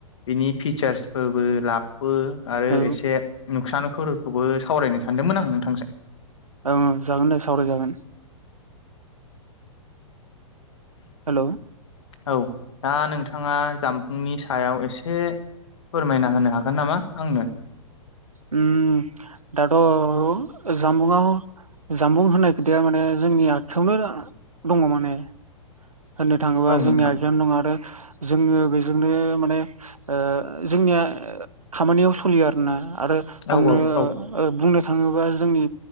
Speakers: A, on the left; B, on the right.
A: बिनि फिचार्सफोरबो लाब बो आरो
B: औ
A: एसे नुसान खुरखौबो सावरायनो सानदोंमोन आं नोंथांजों।
B: औ जागोन दे सावराय जागोन। हेल'‌।
A: औ दा नोंथाङा जामबुंनि सायाव एसे फोरमायना होनो हागोन नामा आंनो?
B: उम दाथ' जामबुंङा जामबुं होननाय खोथाया माने जोंनि आखायावनो दङ माने। होननो थाङोब्ला
A: औ
B: जोंनि
A: नोंथां
B: आखायानो दङ आरो जोङो बेजोंनो माने ओ जोंनिया खामानियाव स फुलियो आरोना। आरो हमनो
A: औ औ औ
B: ओ बुंनो थाङोबा जोंनि